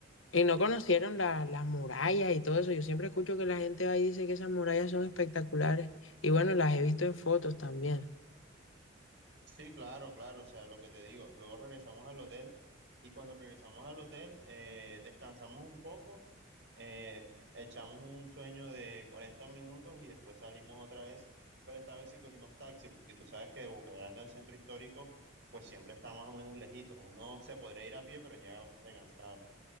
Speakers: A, on the left; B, on the right.
A: Y no conocieron la- las murallas y todo eso. Yo siempre escucho que la gente va y dice que esas murallas son espectaculares. Y bueno, las he visto en fotos también.
B: Sí, claro, claro, o sea, lo que te digo, luego regresamos al hotel y cuando regresamos al hotel eh, descansamos un poco, eh, echamos un sueño de 40 minutos y después salimos otra vez, pero esta vez sí cogimos taxi, porque tú sabes que de Boca Grande al centro histórico pues siempre está más o menos lejito, uno se podría ir a pie pero llega bastante cansado.